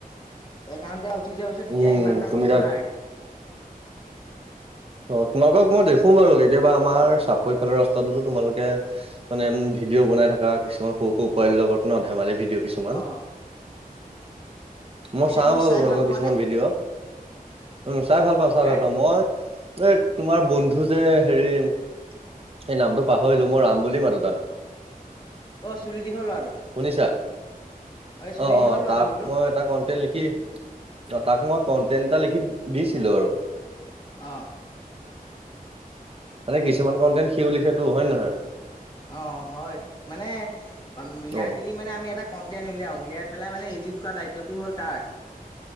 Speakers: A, on the left; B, on the right.
A: একাউণ্ট উঠি যোৱাৰ পিছত তেতিয়া
B: উম
A: ইমান এটা
B: তুমি
A: কষ্ট
B: তাত
A: নাই।
B: অ তোমালোকক মই দেখো বাৰু কেতিয়াবা আমাৰ চাপৰি ফালেৰ ৰাস্তাটোতো তোমালোকে মানে ভিডিঅ' বনাই থকা কিছুমান সৰু সৰু পোৱালি লগত ন ধেমালি ভিডিঅ' কিছুমান।
A: অ
B: মই
A: পিছে
B: চাওঁ
A: তুমি
B: বাৰু
A: চাই
B: তোমালোকৰ
A: ভাল পোৱা
B: কিছুমান
A: নে
B: ভিডিঅ' উম চাই ভাল পাওঁ চাই
A: হে
B: ভাল পাওঁ মই এই তোমাৰ বন্ধু যে হেৰি- সেই নামটো পাহৰিলো মই ৰাম বুলি মাতো তাক।
A: অ চুলি দীঘল লৰাটো।
B: শুনিছা
A: এই চুলি
B: অ
A: দীঘল
B: অ
A: ল'ৰাটো
B: তাক
A: বোলো
B: মই এটা কণ্টেণ্ট লিখি অ তাক মই কণ্টেণ্ট এটা লিখি দিছিলো আৰু।
A: অ
B: মানে কিছুমান কণ্টেন্ সিও লিখে টো হয় নে নহয়।
A: অ হয়, মানে মিলাই
B: অ
A: পেলি আমি এটা- কণ্টেণ্ট উলিয়াও, উলিয়াই পেলাই মানে ইডিত কৰা দায়িত্বটো হ'ল তাৰ।